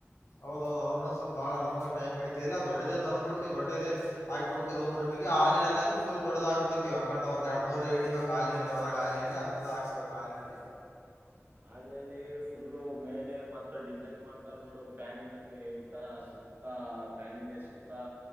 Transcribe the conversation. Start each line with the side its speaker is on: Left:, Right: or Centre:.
Left: ಹೌದೌದು ಅವ್ರರುೂ ಸ್ವಲ್ ಬಾಳ ನಮಗಗೆ ಟೈ್ ಇಡತಿ ಇಲ್ಲ ದೊಡ್ಡದ ತಂದ ಬಿಡ್ತಿ ದೊಡ್ಡೇ ಆಗ್ಬ ಬಿಡ್ತಿ ರಮ್ ರಮ ಹಾಲಲ್ಲಿ ಅಂದ್ರ ಫುಲ್ ದೊಡ್ಡ ಹಾಕ್ ಬಿಡ್ತಿವಿ ಅಕೊಂಡ್ ಒಂದ ಎರಡು ಮೂೂ ಇಡಬೇಕ ಹಾಲಿನಲ್ಲಿ ಹೊರಗೆ ಹಾಲಿನಲ್ಲಿ ಅಂತ ಹಾಕ್ಸ್ಬೇಕು ಕಾಲಿನಲ್ಲಿ
Right: ಹ ಅಲ್ಲಲ್ಲಿ ಫುಲ್ಲ ಮೇಲೆ ಮತ್ತ ಡಿಸೈನ್ ಮಾಡ್ತಾರ ನೋಡು ಫ್ಯಾನಿನಲ್ಲಿ ತರ ಸಕ್ತಾ ಪ್ಯಾನ ನ ಸಕ್ತಾ